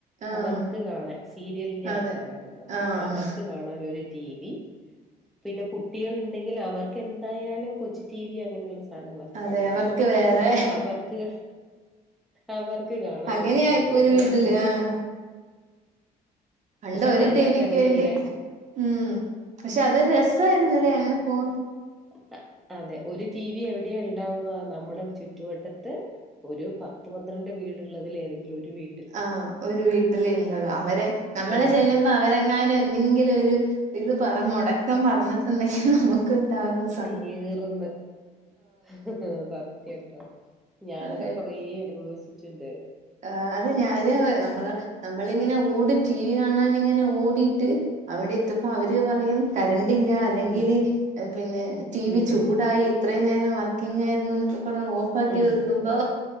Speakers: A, on the right (about 45°); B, in the centre.
A: ആഹ്.
B: അവർക്ക് കാണാൻ സീരിയൽന്റെ
A: അതെ.
B: ആൾക്കാരാണല്ലോ
A: ആഹ്.
B: അപ്പൊ അവർക്ക് കാണാനൊര് ടീവി പിന്നെ കുട്ടികള്ണ്ടെങ്കിൽ അവർക്ക് എന്തായാലും കൊച്ചു ടീവി അങ്ങനെയുള്ള സാനങ്ങ്ള ക്കെ
A: അതെ
B: കാണേണ്ടി
A: അവർക്ക്
B: വെരും
A: വേറെ
B: അപ്പ അവർക്ക് അവർക്ക് കാണാനാെര്
A: അങ്ങനെയാ
B: റ്റീവി
A: ഇപ്പൊ ഒരു
B: അപ്പ
A: വീട്ടില്
B: രണ്ട് റ്റി
A: ആഹ്. പണ്ട്
B: പഷെ
A: ഒരു
B: പണ്ടക്കെ
A: ടിവിക്ക്
B: അങ്ങനെയെല്ലാ
A: വേണ്ടി ഉം പക്ഷെ അതൊര് രസായ്ര്ന്നുലേ അങ്ങെനെ പോൺ
B: അഹ് അതെ ഒരു റ്റീവി എവിടെയാ ഇണ്ടാവാ നമ്മ്ടെ ചുറ്റുവട്ടെത്ത് ഒരു പത്ത് പന്ത്രണ്ട് വീട്ള്ളെതിൽ ഏതെങ്കിലും ഒരു വീ
A: ആഹ് ഒരു വീട്ടില് ഇര്ന്നോളു അവരെ നമ്മള്
B: ആഹ്
A: ചെല്ല്മ്പോ അവരെങ്ങാനും എന്തെങ്കിലാെരു ഇത് പറ മാെടക്കം പർഞ്ഞ്ട്ട്ണ്ടെങ്കി നമ്ക്ക്ണ്ടാവ്ന്ന
B: തീർന്ന് ആഹ് സത്യാട്ടോ ഞാനൊക്കെ
A: അതെ.
B: കൊ റേ അനുഭവിച്ച്ട്ട്ണ്ട്
A: ആഹ് അത് ഞാന് നമ്മള് നമ്മളിങ്ങെനെ ഓടി ടീവി കാണാനിങ്ങെനെ ഓടീട്ട് അവ്ടെ എത്തുമ്പം അവര് പറയും കരണ്ട്ല്ലാ അല്ലെങ്കില്
B: ഉം
A: പിന്നെ ടീ വി
B: ഉം
A: ചൂടായി ഇത്രേം നേരം വർക്കിങ്ങായ്ര്ന്നുന്നൊക്കെ പർഞ്ഞ് ഓഫാക്കി
B: ഉം
A: വെക്ക്മ്പോ